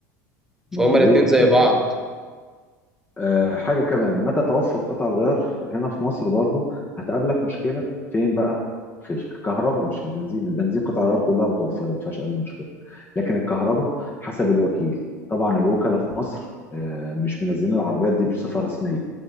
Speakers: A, in the centre; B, on the left.
A: فهما
B: مظبوط
A: الاتنين زي
B: مظبوط
A: بعض
B: آه، حاجة كمان مدى توفر قطع الغيار هنا في مصر برضو هتقابلك مشكلة فين بقى؟ في الكهرباء مش في البنزين، البنزين قطع الغيار كلها متوفرة ما فيهاش أي مشكلة، لكن الكهرباء حسب الوكيل، طبعا الوكلاء في مصر آه، مش منزلين العربيات دي بصفة رسمية،